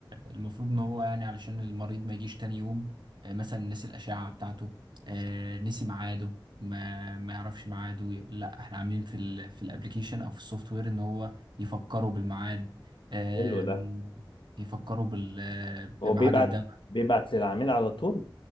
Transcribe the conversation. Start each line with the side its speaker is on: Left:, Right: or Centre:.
Right: المفروض ان هو يعني علشان المريض ما يجيش تاني يوم آه، مثلا نسي الاشعه بتاعته آه، نسي ميعاده ما ما يعرفش ميعاده لا احنا عاملين في ال في الابليكيشن او في السوفت وير ان هو يفكروا بالميعاد آم،
Left: حلو ده
Right: يفكروا بال بميعاد
Left: هو بيبعت
Right: الدواء
Left: بيبعت للعميل على طول